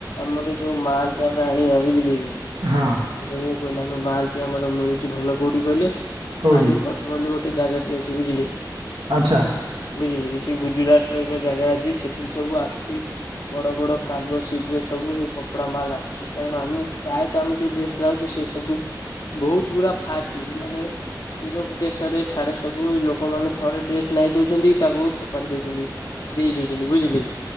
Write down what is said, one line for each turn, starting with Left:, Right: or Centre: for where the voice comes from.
Left: ଆମର ଯୋଉ ମାଲ୍ ଟେ ଆମେ ଆଣିବା ବୁଝିଲେ କି? ଆପଣ
Right: ହଁ
Left: ଯୋଉ କହିଲେ ଆମ ମାଲ୍ ଟି ଆମର ମିଳୁଛି ଭଲ କୋଉଠି କହିଲେ
Right: କୋଉଠି
Left: ପାନିପଥ ବୋଲି ଗୋଟେ ଗୋଟେ ଜାଗା ଟେ ଅଛି ବୁଝିଲେ,
Right: ଆଚ୍ଛା
Left: ବୁଝିଲେ କି? ଗୁଜୁରାଟ୍ ର ଏକ ଜାଗା ଅଛି ସେଠି ସବୁ ଆସୁଛି ବଡ ବଡ଼ କରୋଗୋ ସିପ ରେ ସବୁ ଏଇ କପଡ଼ା ମାଲ୍ ଆସୁଛି, କାରଣ ଆମେ ପ୍ରାୟତଃ ଆମେ ଯୋଉ ଡ୍ରେସ୍ ନାଉଛୁ ସେ ସବୁ ବୋହୁତ୍ ଗୁଡ଼ା ଫାଷ୍ଟ ୟୁଜ୍ ମାନେ ୟୁରୋପ୍ ଦେଶରେ ସିଆଡେ ସବୁ ଲୋକମାନେ ଥରେ ଡ୍ରେସ୍ ନାଇ ଦୋଉଚନ୍ତି। ତାକୁ ଫୋଫାଡ଼ି ଦୋଉଚନ୍ତି ଦେଇଦୌଚନ୍ତି ବୁଝିଲେକି?